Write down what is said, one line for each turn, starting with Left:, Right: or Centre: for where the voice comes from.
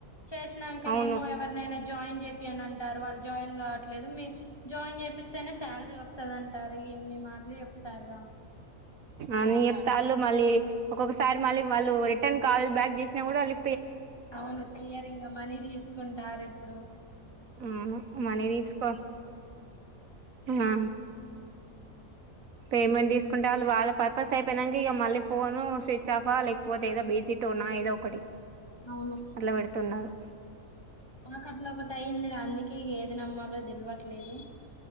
Left: చేసినాకనేమో
Right: అవును
Left: ఎవరినైనా జాయిన్ చే అని అంటారు వాళ్ళు జాయిన్ కావట్లేదు మీ జాయిన్ చేపిస్తేనే శాలరీ వస్త టారు ఇన్ని మాటలు తర్
Right: అన్ని చెప్తాళ్ళు మళ్ళీ ఒక్కొక్కసారి మళ్ళీ వాళ్ళు రిటర్న్ కాల్ బ్యాక్ చేసినా కూడా వాళ్ళు
Left: అవును చెయ్యరింగ్ మనీ తీసుకుంటారు అప్పుడో
Right: అవును మనీ తీసుకో ఆ పేమెంట్ తీసుకుంటే వాళ్ళు వాళ్ళ పర్పస్ అయిపోయినాక, ఇక మళ్ళీ ఫోను స్విచ్ ఆఫా లేకపోతే ఏదో బిజిట్ ఉన్నా ఏదో ఒకటి
Left: అవును
Right: అట్లా పెడుతున్నారు
Left: మాకు అట్లా ఒకటి అయింది అందుకే ఏది నమ్మాలో తెలవట్లేదు